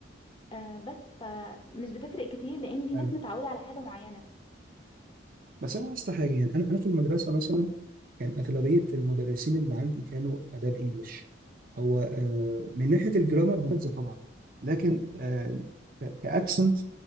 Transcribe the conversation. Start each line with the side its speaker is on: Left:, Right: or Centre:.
Left: آه بس فمش بتفرق كتير لان في
Right: حلو
Left: ناس متعوده على حاجه معينه
Right: بس انا لاحظت حاجه يعني انا انا في المدرسه مثلا كان اغلبيه المدرسين اللي عندي كانوا اداب انجلش هو آه، من ناحيه الجرامر هم طبعا لكن آه، ك- كاكسنت